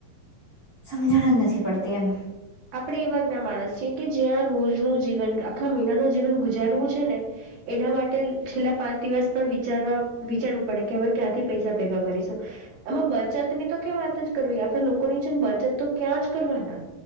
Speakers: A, on the right; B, on the right.
A: સમજણ જ નથી પડતી એમ
B: આપણે એ વર્ગના માણસ છીએ કે જ્યાં રોજ ન જીવન આખા મહિનાનું જીવન ગુજારવું છે ને એના માટે છેલ્લા પાંચ દિવસ પણ વિચારવા વિચારવું પડે કે હવે ક્યાંથી પૈસા ભેગા કરીશું એમાં બચત ની તો કે વાત જ કરવી આપે લોકોની જેમ બચત તો ક્યાં જ કરવાના